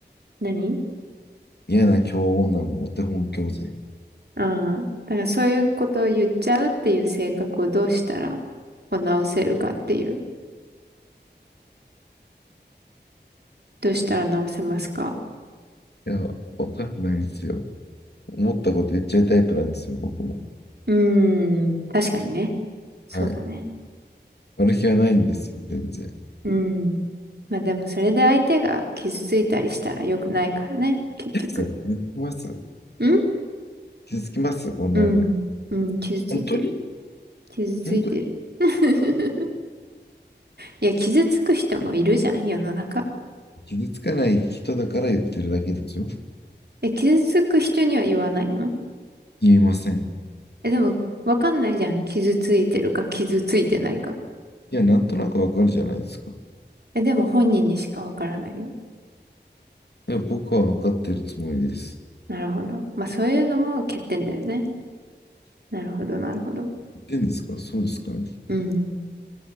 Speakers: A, on the right; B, on the left.
A: 何
B: 嫌な教女のお手本教材。い
A: ああー。だからそういうことを言っちゃうっていう性格をどうしたらこう直せるかっていう。どうしたら直せますか
B: や、わかんないですよ。思ったこと言っちゃうタイプなんですよ、僕も。
A: うーん。確かにね。そうだね。
B: はい。悪気はないんですよ、全然。
A: うん。まあでもそれで相手が傷ついたりしたら良くないからね。結局。
B: 千秋さん、気づきます
A: ん
B: 気づきますこんなんで。
A: うん。うん。傷ついてる。
B: 本当に
A: 傷ついてる。
B: 本当
A: <laughs> いや、傷つく人もいるじゃん、世の中。
B: に傷つかない人だから言ってるだけですよ。
A: え、傷つく人には言わないの
B: 言えません。
A: え、でも、わかんないじゃん。傷ついてるか、傷ついてないか。
B: いや、なんとなくわかるじゃないですか。
A: え、でも本人にしかわからないよ。
B: いや、僕はわかってるつもりです。
A: なるほど。まあ、そういうのも欠点だよね。なるほど、なるほど。
B: 言ってんですからそうですから
A: うん。